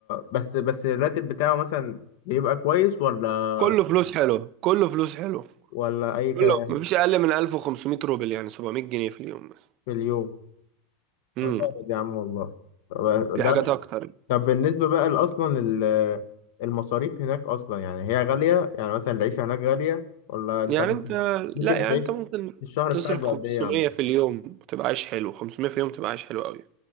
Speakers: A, on the left (about 65°); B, on the right (about 40°).
A: بس بس الراتب بتاعه مثلا بيبقى كويس ولا
B: كله فلوس حلو كله فلوس حلو
A: ولا أي كلام
B: كله مفيش أقل من 1500 روبل يعني 700 جنيه في اليوم مثلا
A: في اليوم؟
B: امم
A: آه، جامد يا عم والله طب
B: في
A: ده
B: حاجات أكتر
A: طب بالنسبة بقى ل- أصلا ال- المصاريف هناك أصلا يعني هي غالية يعني مثلا العيشة هناك غالية ولا أنت
B: يعني
A: ممكن
B: أنت
A: ممكن
B: لا يعني
A: تعيش
B: أنت ممكن
A: الشهر
B: تصرف
A: بتاعك بقد
B: 500
A: إيه يعني؟
B: في اليوم تبقى عايش حلو 500 في اليوم تبقى عايش حلو قوي